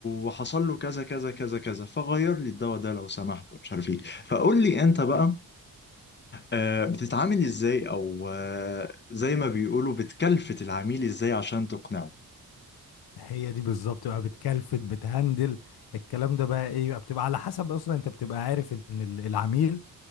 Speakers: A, on the left; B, on the left.
A: وحصل له كذا كذا كذا كذا فغير لي الدواء ده لو سمحت مش عارف إيه فقول لي أنت بقى آه، بتتعامل إزاي أو آه، زي ما بيقولوا بتكلفت العميل إزاي عشان تقنعه
B: هي دي بالظبط بقى بتكلفت بتهندل الكلام ده بقى ايه بقى بتبقى على حسب اصلا انت بتبقى عارف ان ال- العميل